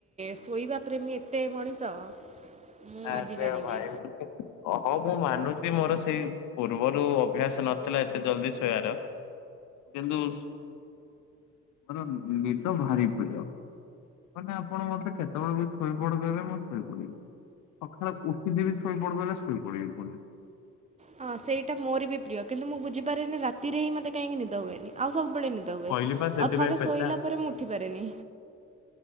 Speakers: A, on the right; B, on the left.
A: ଶୋଇବା ପ୍ରେମୀ ଏତେ ମଣିଷ। ମୁଁ
B: ଆରେ
A: ଆଜି ଜାଣିଲି।
B: ଭାଇ ହଉ ମୁଁ ମାନୁଛି ମୋର ସେଇ ପୂର୍ବରୁ ଅଭ୍ୟାସ ନଥିଲା ଏତେ ଜଲଦି ଶୋଇବାର କିନ୍ତୁ ମୋର ନିଦ ଭାରି ପ୍ରିୟ। ମାନେ ଆପଣ ମତେ କେତେବେଳେ ବି ଶୋଇ ପଡଦବେ ମୁଁ ଶୋଇ ପଡିବି। ସକାଳେ ଉଠିଦ ବିି ଶୋଇ ପଡିବଲେ ଶୋଇ ପଡିବି ପୁଣି।
A: ହଁ ସେଇଟା ମୋର ବି ପ୍ରିୟ। କିନ୍ତୁ ମୁଁ ବୁଝିପାରେନି ରାତିରେ ହିଁ ମୋତେ କାହିଁକି ନିଦ ହୁଏନି। ଆଉ ସବୁବେଳେ ନିଦବେ
B: କହିଲି
A: ଆଉ
B: ପା ସେଥିପାଇଁ
A: ଥରେ
B: ପେଚା।
A: ଶୋଇଲା ପରେ ମୁଁ ଉଠିପାରେନି।